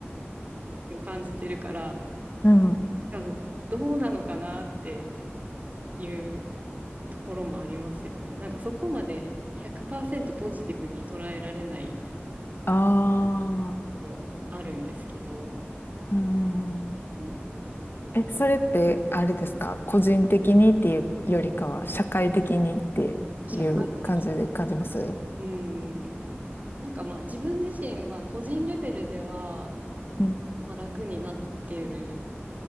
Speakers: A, on the right; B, on the left.
A: を感じてるから
B: うん
A: なんかどうなのかなっていうところもありますよね。なんかそこまで100%ポジティブに捉えられない
B: ああ
A: もあるんですけど、
B: うん、うん。
A: うん
B: え、それって、あれですか個人的にっていうよりかは、社会的にっていう感じで感じます
A: 社会的、うん、なんかまあ自分自身は個人レベルでは、
B: うん、
A: まあ、楽になってる